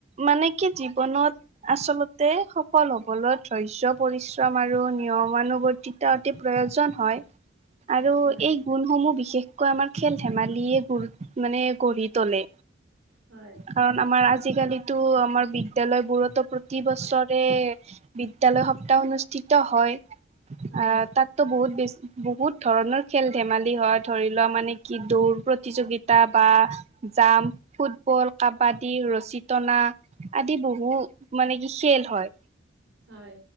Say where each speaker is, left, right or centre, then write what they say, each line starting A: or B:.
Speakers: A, on the right; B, on the right.
A: মানে কি জীৱনত আচলতে সফল হবলৈ ধৰ্য পৰিশ্ৰম আৰু নিয়মানুৱৰ্তিতা অতি প্ৰয়োজন হয় আৰু
B: হয়
A: এই গুণসমূহ বিশেষ বিশেষকৈ আমাৰ খেল ধেমালিয়ে গ মানে গঢ়ি তোলে
B: হয়
A: কাৰণ আমাৰ আজিকালিতো আমাৰ বিদ্যালয়বোৰতো প্ৰতি বছৰে বিদ্যালয় সপ্তাহ অনুষ্ঠিত হয় আ
B: হয়
A: তাত ত বহুত বেছি বহুত ধৰণৰ খেল ধেমালি হয় ধৰি লোৱা মানে কি দৌৰ প্ৰতিযোগিতা বা যাম ফুটবল কাবাডী ৰচী টনা আদি বহু মানে কি খেল হয়
B: হয়